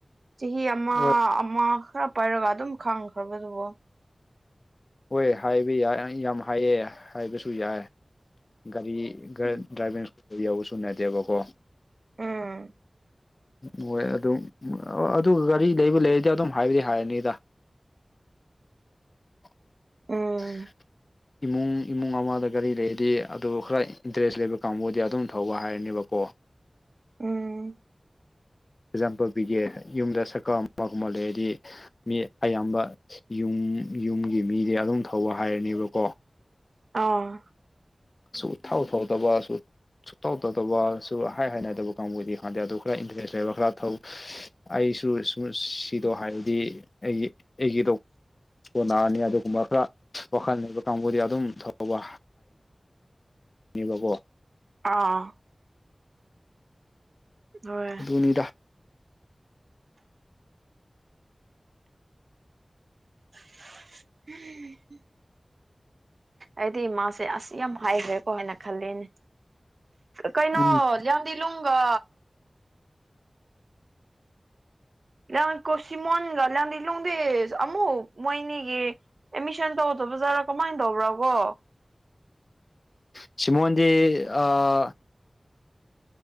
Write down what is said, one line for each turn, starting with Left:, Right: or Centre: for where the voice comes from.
Right: ꯆꯍꯤ ꯑꯃ
Left: ꯍꯣꯏ
Right: ꯑꯃ ꯈ꯭ꯔ ꯄꯥꯏꯔꯒ ꯑꯗꯨꯝ ꯈꯪꯈ꯭ꯔꯕꯗꯨꯕꯣ
Left: ꯍꯣꯏ ꯍꯥꯏꯕ ꯌꯥꯝ ꯌꯥꯝ ꯍꯥꯏꯑꯦ ꯍꯥꯏꯕꯁꯨ ꯌꯥꯏ ꯒꯥꯔꯤ
Right: ꯎꯝ
Left: ꯗ꯭ꯔꯥꯏꯚꯤꯡ ꯁ꯭ꯀꯨꯜ ꯌꯧꯕꯁꯨ ꯅꯠꯇꯦꯕ ꯀꯣ
Right: ꯎꯝ
Left: ꯃꯣꯏ ꯑꯗꯨꯝ ꯑꯗꯨꯒ ꯒꯥꯔꯤ ꯂꯩꯕ ꯂꯩꯔꯗꯤ ꯑꯗꯨꯝ ꯍꯥꯏꯕꯗꯤ ꯍꯥꯏꯔꯅꯤꯗ
Right: <inaudible>
Left: <unintelligible>
Right: ꯎꯝ
Left: ꯏꯃꯨꯡ ꯏꯃꯨꯡ ꯑꯃꯥꯗ ꯒꯥꯔꯤ ꯂꯩꯔꯗꯤ ꯑꯗꯨ ꯈꯔ ꯏꯟꯇꯔꯦꯁ ꯂꯩꯕ ꯀꯥꯡꯕꯨꯗꯤ ꯑꯗꯨꯝ ꯊꯧꯕ ꯍꯥꯏꯔꯅꯦꯕ ꯀꯣ
Right: ꯎꯝ
Left: ꯑꯦꯛꯖꯥꯝꯄꯜ ꯄꯤꯒꯦ ꯌꯨꯝꯗ ꯁꯥꯏꯀꯜ ꯑꯃꯒꯨꯝꯕ ꯂꯩꯔꯗꯤ ꯃꯤ ꯑꯌꯥꯝꯕ ꯌꯨꯝ ꯌꯨꯝꯒꯤ ꯃꯤꯗꯤ ꯑꯗꯨꯝ ꯊꯧꯕ ꯍꯥꯏꯔꯅꯤꯕꯀꯣ
Right: ꯑꯪ
Left: ꯁꯨꯛꯊꯧ ꯊꯥꯎꯗꯕꯁꯨ ꯁꯨꯛꯇꯧ ꯇꯧꯗꯕ ꯁꯨ ꯍꯥꯏ ꯍꯥꯏꯅꯗꯕ ꯀꯥꯡꯕꯨꯗꯤ ꯍꯥꯟꯗꯦ ꯑꯗꯨ ꯈꯔ ꯏꯟꯇꯔꯦꯁ ꯂꯩꯕ ꯈ꯭ꯔ ꯊꯧ ꯑꯩꯁꯨ <unintelligible> ꯁꯤꯗꯣ ꯍꯥꯏꯔꯗꯤ ꯑꯩꯒꯤ ꯑꯩꯒꯤꯗꯣ ꯀꯣꯅꯥꯗꯤ ꯑꯗꯨꯒꯨꯝꯕ ꯈ꯭ꯔ ꯋꯥꯈꯟ ꯂꯩꯕ ꯀꯥꯡꯕꯨꯗꯤ ꯑꯗꯨꯝ ꯊꯧꯕ ꯒꯤꯕꯀꯣ
Right: ꯑꯥ ꯍꯣꯏ
Left: ꯗꯨꯅꯤꯗ
Right: <unintelligible> ꯑꯩꯗꯤ ꯃꯥꯁꯦ ꯑꯁ ꯌꯥꯝ ꯍꯥꯏꯒ꯭ꯔꯦꯀꯣ ꯍꯥꯏꯅ ꯈꯜꯂꯦꯅꯦ ꯀꯩꯅꯣ
Left: ꯎꯝ
Right: ꯌꯥꯝꯗꯤꯂꯨꯡꯒ <unintelligible> ꯀꯣꯁꯤꯃꯣꯟꯒ <unintelligible> ꯑꯃꯨꯛ ꯃꯣꯏꯅꯤꯒꯤ ꯑꯦꯠꯃꯤꯁꯟ ꯇꯧꯗꯕꯖꯥꯔꯥ ꯀꯃꯥꯏꯟ ꯇꯧꯕ꯭ꯔꯥ ꯀꯣ
Left: ꯁꯤꯃꯣꯟꯗꯤ ꯑꯥ